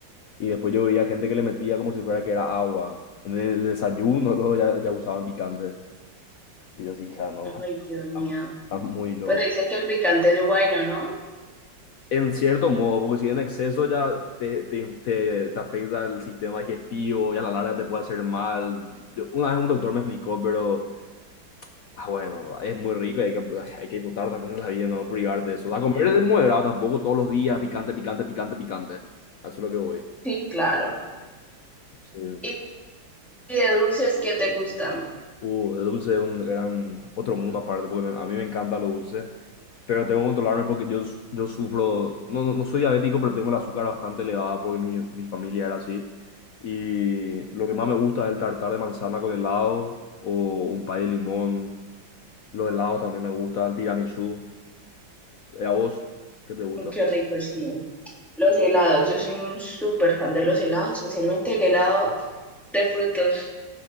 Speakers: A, on the left; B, in the centre.
A: Y después yo veía gente que le metía como si fuera que era agua. En el desayuno <laughs> luego ya, ya usaban picante. Y yo así, hija, no,
B: ay Dios
A: está
B: mío,
A: está muy loco.
B: pero dicen que el picante es bueno, ¿no?
A: En cierto modo, porque si en exceso ya te, te, te, te afecta el sistema digestivo y a la larga te puede hacer mal. Yo- una vez un doctor me explicó, pero ah, bueno, es muy rico y hay que, hay que disfrutar también de la vida, no privarte de eso. A comer es moderado tampoco todos los días, picante, picante, picante, picante. A Eso es lo que voy.
B: Sí, claro.
A: Sí.
B: ¿Y, y de dulces qué te gustan?
A: Uh, el dulce es un gran, otro mundo aparte, porque me- a mí me encanta lo dulce, pero tengo que controlarme porque yo, s- yo sufro, no, no, no soy diabético, pero tengo el azúcar bastante elevada porque mi, mi familia era así. Y lo que más me gusta es el tartar de manzana con helado o un pay de limón. Los helados también me gusta, el tiramisú. Eh, ¿A vos qué te gusta?
B: Qué rico, sí. Los helados, yo soy un súper fan de los helados, especialmente el helado de frutos